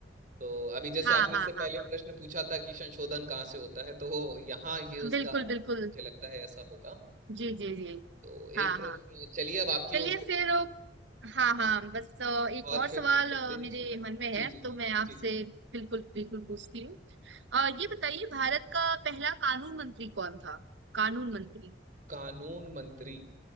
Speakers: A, on the right; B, on the right.
A: तो अभी जैसे
B: हाँ
A: आपने इससे
B: हाँ
A: पहले
B: हाँ
A: प्रश्न पूछा था कि संशोधन कहाँ से होता है तो यहाँ ये उसका
B: हाँ बिल्कुल बिल्कुल
A: मुझे लगता है ऐसा होगा
B: जी जी जी
A: तो
B: हाँ
A: एक प्रश्न
B: हाँ
A: चलिए अब आपकी
B: चलिए
A: ओर से
B: फिर अ, हाँ हाँ बस अ, एक
A: और
B: और
A: फिर
B: सवाल
A: चलते
B: अ, मेरे
A: हैं सोने
B: मन में
A: जी
B: है
A: जी जी
B: तो मैं आपसे
A: जी
B: बिल्कुल बिल्कुल पूछती हूँ अ, ये बताइए भारत का पहला कानून मंत्री कौन था कानून मंत्री
A: कानून मंत्री